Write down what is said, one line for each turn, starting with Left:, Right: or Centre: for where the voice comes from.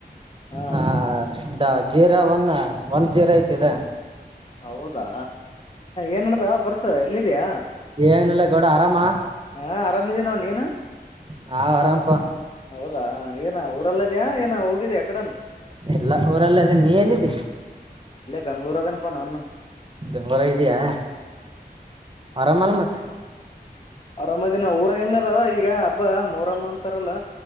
Left: ಹಾ
Right: ಹಾದ ಜೀರಾ ಒಂದ ಒಂದ್ ಜೀರಾ ಐತದ
Left: ಹೌದಾ ಏನ್ಡದ ಪರ್ಸ ಆಯ್ತು ಇಲ್ಲಿದಯಾ
Right: ಏಂಗನಿಲ್ಲ ಗೌಡ ಆರಾಮಾ
Left: ಹಾ ಆರಾಮಿದೀನೋ ನೀನು
Right: ನಾವ್ ಆರಾಮಪ
Left: ಹೌದಾ ಏನ ಲ್ಲದಾ ಏನ ಹೋಗಿದಿಾಕಡ
Right: ಎಲ್ಲ ಊರಲ್ಲ ಅದೇ ನೀ ಎಲ್ಲಿದೆ
Left: ಬೆಂಳೂರ ಅದನಪ್ಪ ನ ಅಾನು
Right: ಬೆಂಗೋರ ಇದಯಾ ಆರಾಮಲ್ಲ ಮತ್ತೆ
Left: ಅರಾಮ ದಿನ ಊರಾಗ ಹೆಂಗದ ಈಗ ಹಬ್ಬ ಮೋರಮ್ಮ ಅಂತಾರಲ್ಲ